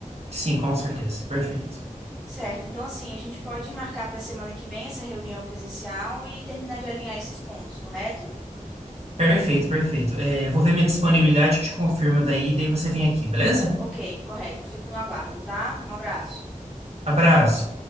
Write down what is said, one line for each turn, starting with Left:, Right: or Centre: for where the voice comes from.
Right: sim, com certeza. Perfeito.
Centre: Certo, então assim, a gente pode marcar para a semana que vem essa reunião presencial e terminar de alinhar esses pontos, correto?
Right: Perfeito, perfeito. É, vou ver minha disponibilidade, te confirmo daí, daí você vem aqui, beleza?
Centre: Ok, correto. Eu fico no aguardo, tá? Um abraço.
Right: Abraço.